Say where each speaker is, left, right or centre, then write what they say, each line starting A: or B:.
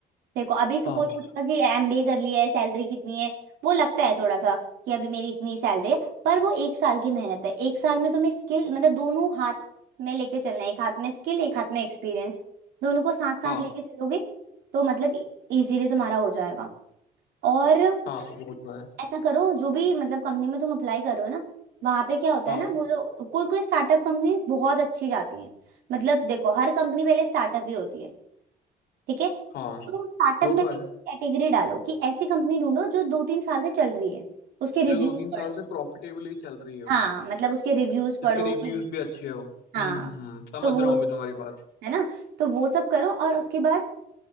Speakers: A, on the right; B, on the left.
A: देखो अभी से
B: हाँ
A: कोई पूछेगा कि एमबीए कर लिया है सैलरी कितनी है वो लगता है थोड़ा सा कि अभी मेरी इतनी सैलरी है पर वो एक साल की मेहनत है एक साल में तुम्हें स्किल मतलब दोनों हाथ में लेके चलना है एक हाथ में स्किल एक हाथ में एक्सपीरियंस दोनों को साथ साथ
B: हाँ
A: लेके चलोगे तो मतलब इजीली तुम्हारा हो जाएगा और
B: हाँ वो तो है
A: ऐसा करो जो भी मतलब कंपनी में तुम अप्लाई करो ना वहां पे क्या होता
B: हाँ
A: है ना वो लोग कोई कोई स्टार्टअप कंपनी बहुत अच्छी जाती है मतलब देखो हर कंपनी पहले स्टार्टअप ही होती है ठीक है
B: हाँ
A: तो स्टार्टअप
B: वो
A: में
B: तो
A: भी
B: है
A: कैटेगरी डालो कि ऐसी कंपनी ढूंढो जो दो तीन साल से चल रही है उसके रिव्यूज
B: जो दो तीन
A: पढ़ो
B: साल से प्रॉफिटेबली चल रही हो
A: हाँ
B: है
A: मतलब उसके रिव्यूज
B: ना जिसके
A: पढ़ो
B: रिव्यूज
A: कि
B: भी अच्छे हो
A: हाँ
B: हम्म हम्म हम्म समझ
A: तो वो
B: रहा हूँ भी तुम्हारी बात
A: है ना तो वो सब करो और उसके बाद